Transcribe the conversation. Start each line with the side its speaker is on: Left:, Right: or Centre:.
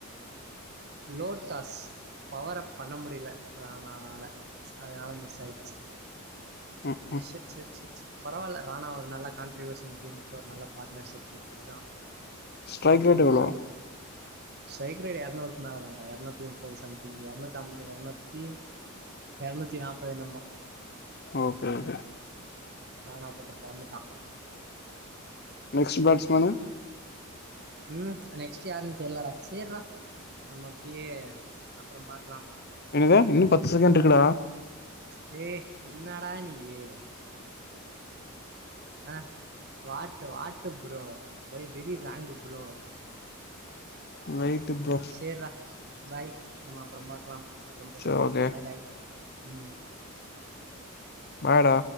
Right: லோட்டாஸ் பவரப் பண்ண முடில அதனனால அதனால மிஸ் ஆயிடுச்சு
Left: ம் ம்
Right: செர் செர் செர் செரி பரவால்ல ராணா ஒரு நல்ல கான்ட்ரிபியூஷன் டீமுக்கு ஒரு நல்ல பார்ட்னர்ஷிப் குடுத்துருக்கா
Left: ஸ்ட்ரைக்
Right: நைன்ட்டி
Left: ரேட் எவ்ளோ
Right: வொன் ஸ்ரைக் ரேட் எரநூறு மேலே தாண்டா எரநூத்தி முப்பது சம்திங் எருநூத்தம்ப எரநூத்தி எரநூத்தி நாப்பது என்னமோ
Left: ஓகே ஓகே
Right: ராணா போட்டு பொளந்துட்டான்
Left: நெக்ஸ்ட் பேட்ஸ்மன்
Right: ம் நெக்ஸ்ட் யாருன்னு தெரிலடா சேர்ரா நம்ம அப்டியே அப்ரொ பாக்லாம்
Left: என்னது இன்னு பத்து செகண்ட் இருக்குடா
Right: டே என்னடா நீயு அஹ் what what bro why very wrong bro
Left: wait bro
Right: சேர்ரா பாய் நம்ம அப்றம் பாக்லாம் அப்புறம் பேசலாம்
Left: சரி ஓகே
Right: பாய் பாய் ம்
Left: பாய் டா